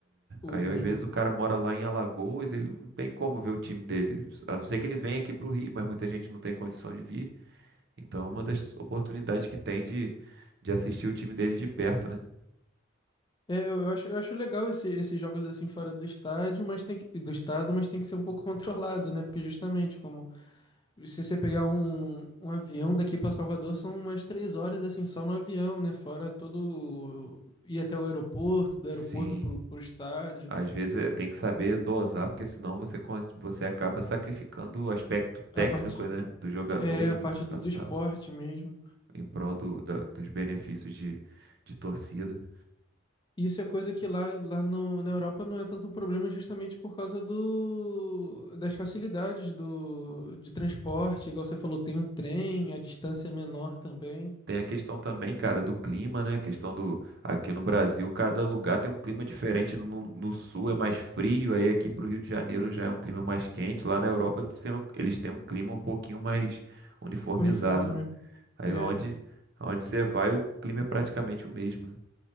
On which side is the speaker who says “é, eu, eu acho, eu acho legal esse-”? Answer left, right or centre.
Left